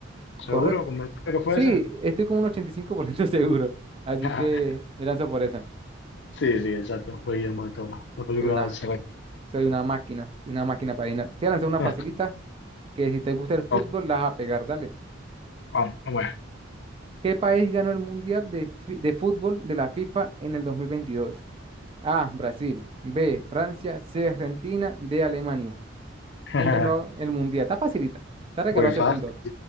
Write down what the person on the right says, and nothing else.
Correcto.
Sí,
estoy como un 85% <laughs> seguro. Así
que me lanzo por esa.
Soy una,
soy una máquina, soy una máquina para adivinar. Te voy a lanzar una
facilita que si te gusta el fútbol,
la vas a pegar, dale.
¿Qué país ganó el Mundial de, fi- de Fútbol de la FIFA en el 2022? A, Brasil. B, Francia. C, Argentina. D, Alemania.
¿Quién ganó el Mundial? Está facilita. Te regaló
ese
punto.